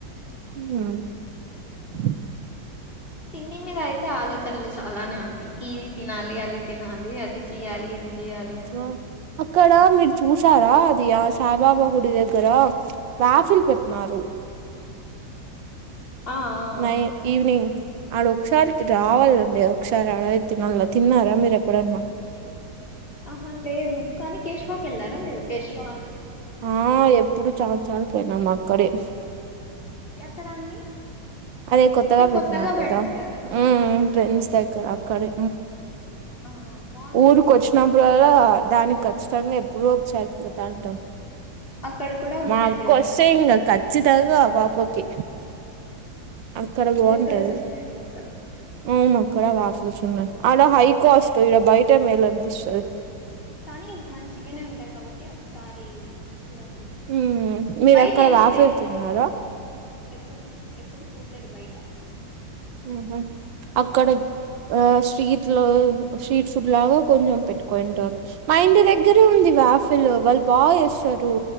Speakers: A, on the right; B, on the left.
A: ఉ
B: తిండి మీద అయితే ఆలోచనండ్లు చాలానే ఉన్ య్ ఇది తినాలి అది తినాలి అది చెయ్యాలి ఇది చెయ్యాలి అని
A: ఆ, అక్కడ మీరు చూసారా అది ఆ సాయిబాబా గుడి దగ్గర రాఫిల్ పెట్నారు
B: ఆ ఆ
A: నై ఈవినింగ్ ఆడ ఒకసారికి రావాలండి
B: ఆ
A: ఒకసారి అడే తినాళ్ళ తిన్నారా మీరు ఎప్పుడన్నా
B: ఆహా లేదు కానీ కేశవాకెళ్లారా మీరు కేశువా
A: ఆ ఎప్పుడు చాల చాన్ సార్లుపోయినామ్ అక్కడే
B: ఎక్కడ అండి
A: అదే కొత్తగా
B: ఇప్పుడు
A: పెట్నారు
B: పెట్టారు
A: కదా
B: ఆ
A: ఉ
B: దానికి వెళ్ళారా
A: ఫ్రెండ్స్ దగ్గర అక్కడే
B: ఆ బాగుందండి
A: ఊరుకొచ్చినప్పుడు
B: దాని లోపల
A: అల్లా దానికి కచ్చితంగా ఎ ఎబ్బుడో ఒకసారి పోతాంటాం
B: అక్కడ కూడా ఉన్నాయండి
A: మా అక్క
B: వేఫల్
A: వస్తే ఇంగ ఖచ్చితంగా వాపకి అక్కడ బాంటది
B: వేఫెల్స్ ఉన్నాయండి అక్కడ
A: అవును అక్కడ వాషిల్సున్నాయ్ ఆడ హై కాస్ట్ ఈడ బయటే మేలనిపిస్తది
B: కానీ మంచిగనే ఉంటాయ్ కాబట్టి ఒకసారి చూడండి
A: ఉమ్ మీరు
B: బయట
A: అక్కడ
B: ఏమో
A: వాఫిల్
B: తెలీయదండి
A: తిన్నారా
B: నాకు ఎప్పుడు ఎప్పుడు చూల్లేదు బయటా
A: ఆహ అక్కడ ఆ స్ట్రీట్ లో స్ట్రీట్ ఫుడ్ లాగా కొంచెం పెట్టుకోయింటారు మా ఇంటి దగ్గరే ఉంది వాఫ్ పిలు వాళ్ళు బాగా జేస్తారు